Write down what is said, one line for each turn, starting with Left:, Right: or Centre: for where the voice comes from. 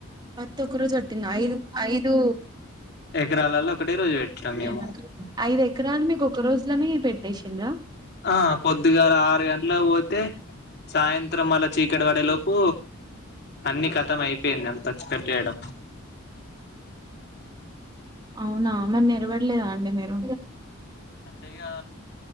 Right: పత్తి ఒక్కరు వట్టిందా. ఐదు, ఐదు.
Left: ఎకరాలలో ఒకటే రోజు పెట్టినాం మేము
Right: మ్ అంటరు, ఐదు ఎకరాల్ మీకు ఒక రోజులనె పెట్. లెషింరా
Left: ఆ పొద్దుగాల ఆరు గంటల పోతే సాయంత్రం మళ్ళ చీకటివడే లోపు అన్ని కతం అయిపో. అయిపోయింది అంతా తెచ్చి కట్టేయడం.
Right: అవునా, మరి నిలవడలేదా అండి మీరు.
Left: అంటే ఇగా